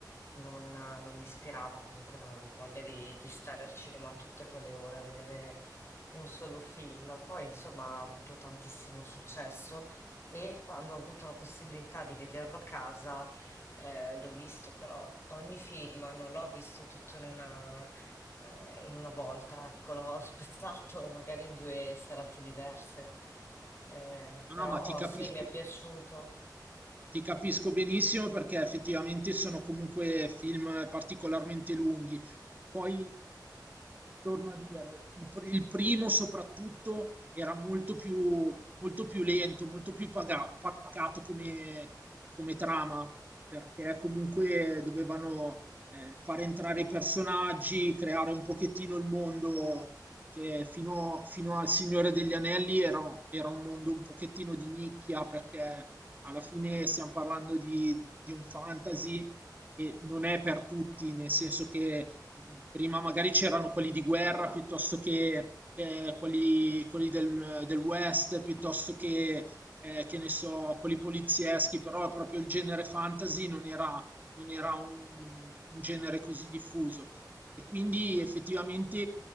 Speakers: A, on the left; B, on the right.
A: Non non mi ispirava, comunque non avevo voglia di di stare al cinema tutte quelle ore a vedere un solo film. Poi, insomma, ha avuto tantissimo successo e quando ho avuto la possibilità di vederlo a casa, eh, l'ho visto, però ogni film non l'ho visto tutto in una, eh, in una volta, ecco, l'ho <laughs> spezzato magari in due serate diverse. Eh, però
B: No, no, ma ti capisco.
A: sì, mi è piaciuto.
B: Ti capisco benissimo perché effettivamente sono comunque film particolarmente lunghi. Poi, torno a dire, il, pr- il primo soprattutto era molto più, molto più lento, molto più paga- pacato come, come trama, perché comunque dovevano eh, far entrare i personaggi, creare un pochettino il mondo che fino, fino al Signore degli Anelli era, era un mondo un pochettino di nicchia perché alla fine stiamo parlando di, di un fantasy e non è per tutti, nel senso che mh, prima magari c'erano quelli di guerra piuttosto che eh, quelli, quelli del, del West, piuttosto che, eh, che ne so, quelli polizieschi, però proprio il genere fantasy non era, non era un, un genere così diffuso e quindi effettivamente